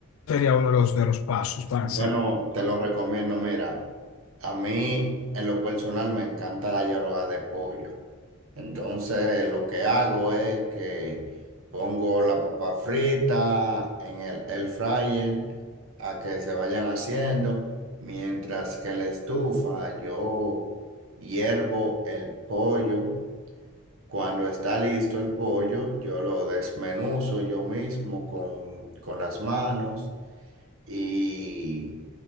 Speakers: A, on the left (about 80°); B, on the right (about 80°).
A: sería uno de los, de los pasos para
B: Bueno,
A: hacerlo?
B: te lo recomiendo. Mira, a mí en lo personal me encanta la llorada de pollo. Entonces lo que hago es que pongo la papa frita en el, el fryer a que se vayan haciendo, mientras que en la estufa yo hiervo el pollo. Cuando está listo el pollo, yo lo desmenuzo yo mismo con, con las manos y